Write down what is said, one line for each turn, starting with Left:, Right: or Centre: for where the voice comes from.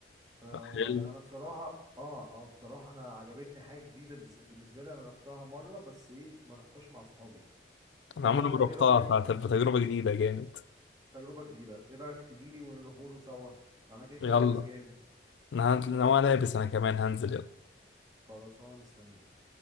Right: فانا
Left: حلو
Right: بصراحه اه اه بصراحه انا عجبتني حاجه جديده بز- بالنسبه لي انا رحتها مره بس ايه ما رحتهاش مع صحابي
Left: أنا
Right: فانا
Left: عمري ما روحتها
Right: ايه رايك
Left: فهتبقى تجربة جديدة جامد
Right: تجربه جديده ايه رايك تجيلي ونروحوله سوا انا كده كده
Left: يلا
Right: لابس جاهز
Left: أنا هن-
Right: ماشي
Left: أنا لابس أنا كمان هنزل يلا
Right: خلاص وانا مستنيك